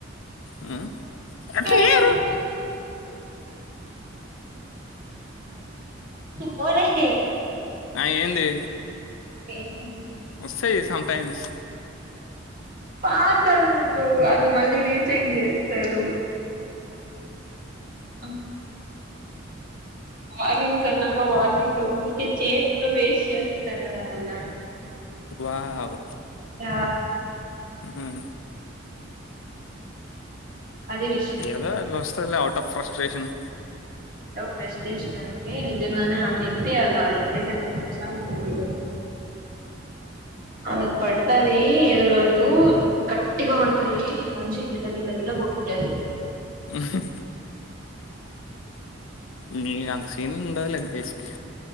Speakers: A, on the left; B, on the right.
A: ఉం అట్లియ్యారు
B: పేరు సుబ్బో రాహే
A: ఆ ఏంది
B: ఏమై
A: వస్తాయి సమ్ టైమ్స్
B: పాట్లాడకుడదు అవి మళ్ళీ రీచెక్ చేస్తారు అ వార్నింగ్స్ అన్నాక వార్నింగ్స్ ఊరికే చేసి కూడా వేస్ట్ చేసుకుంటాం కదా మళ్ళా
A: వావ్
B: ఆ
A: ఉం
B: అది విషయం
A: ఏదో అట్లా వస్తదల అ ఫ్రస్ట్రేషన్
B: ప్రస్ట్రెషన్ అయితే నిజంగానే అమ్ ఎత్తే అలా ఎత్తతే సె ప్రశాంతం ఇగ అమే పడుతది ఏదో రోజు జు కట్టిగా పడుతది మనిషి గిల్ల గిల్ల గిల్ల కొట్కుంటది
A: ఉహుం నీ అంత సీన ఉండదు గ్రీసుకి